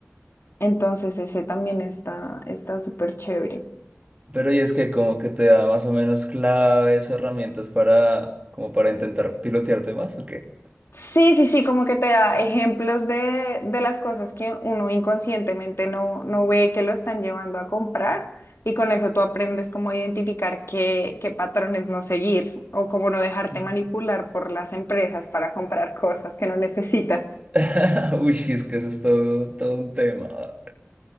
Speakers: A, on the left; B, on the right.
A: Entonces, ese también está, está súper chévere.
B: Pero y es que como que te da más o menos claves o herramientas para, como para intentar pilotearte más, ¿o qué?
A: Sí, sí, sí, como que te da ejemplos de, de las cosas que uno inconscientemente no, no ve que lo están llevando a comprar y con eso tú aprendes cómo identificar qué, qué patrones no seguir o cómo no dejarte
B: Mm.
A: manipular por las empresas para comprar cosas que no necesitas.
B: <laughs> Uy, es que eso es todo, todo un tema.